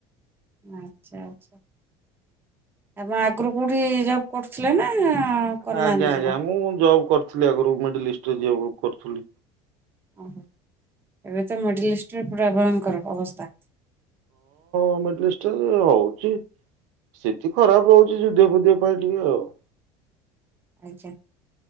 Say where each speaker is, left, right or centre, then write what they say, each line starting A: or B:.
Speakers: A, on the right; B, on the right.
A: ଆଚ୍ଛା ଆଚ୍ଛା ଆପଣ ଆଗରୁ କୋଉଠି ଜବ କରୁଥିଲେ ନା କରିନାହାନ୍ତି
B: ଆଜ୍ଞା
A: ଜମା?
B: ଆଜ୍ଞା ମୁଁ ଜବ କରିଥିଲି ଆଗରୁ ମିଡିଲିଷ୍ଟରେ ଜବ କରୁଥିଲି।
A: ଓହୋ ଏବେ ତ ମିଡିଲିଷ୍ଟରେ ପୁରା ଆପଣଙ୍କ ଅବସ୍ଥା।
B: <unintelligible>
A: ଆଚ୍ଛା।